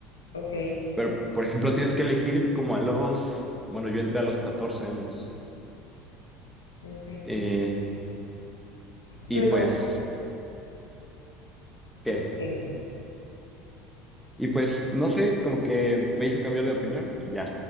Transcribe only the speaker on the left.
ok,
ok,
pero
¿y por qué?